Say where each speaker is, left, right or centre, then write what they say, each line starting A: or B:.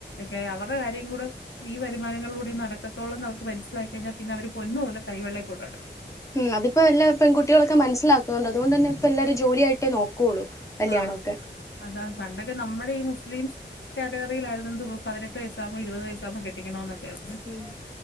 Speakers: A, on the left; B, on the left.
A: ക്കെ അവരുടെ കാര്യം കൂടെ. ഈ വരുമാനങ്ങളിലൂടെ നടക്കത്തുള്ളൂന്ന് അവർക്ക് മനസ്സിലായി കഴഞ്ഞാ പിന്നെ അവര് പൊന്ന് പോല കൈെവെള്ളളയിൽ കൊണ്ട് നടക്കും.
B: ഉം അതിപ്പോ എല്ലാ പെങ്കുട്ടികളൊക്കെ മനസ്സിലാക്കുന്നുണ്ട് അതുകൊണ്ട് തന്നെ ഇപ്പൊ എല്ലാരും ജോലിയായിട്ടേ നോക്കുള്ളൂ കല്യാണമൊക്കെ
A: ആഹ് അതാണ് പണ്ടൊക്കെ ന്നമ്മടെ ഈ മുസ്ലംസ് കാറ്റഗറിയിലായിരുന്നു എന്തു പതിനെട്ട് വയസ്സാമ്പോ ഇരുപത് വയസ്സാകുമ്പോ കെട്ടി കെട്ടിക്കണോന്നൊക്കെ ഉണ്ട്
B: ഉം